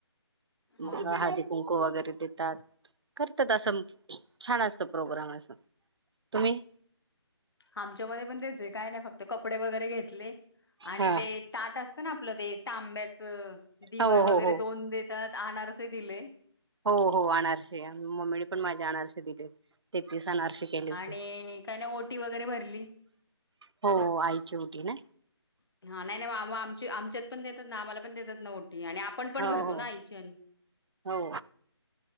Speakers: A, on the right; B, on the left.
A: हळदी
B: हा हा
A: <inaudible> कुंकू वगैरे देतात करतात असं छान असत प्रोग्राम असं तुम्ही
B: आमच्यामध्ये पण तेच काय नाही फक्त कपडे वगैरे घेतले आणि
A: हा
B: ते ताट अस असत ना आपलं ते तांब्याच दिवाळ
A: हो हो
B: वगैरे
A: हो
B: दोन देतात अनारसे दिले
A: हो- हो आमच्या मम्मीने पण माझ्या अनारसे दिलेत ते तीस अनारसे केले होते
B: आणि
A: <inaudible>
B: काय नाही ओटी वगैरे भरली
A: हो आईची उटी ना
B: <inaudible> हा नाही- नाही आम- आम आमच्यात पण देतात ना आम्हाला पण देतात न ते आणि आपण पण
A: हो
B: भरतो ना आईची
A: हो
B: आणि.
A: हो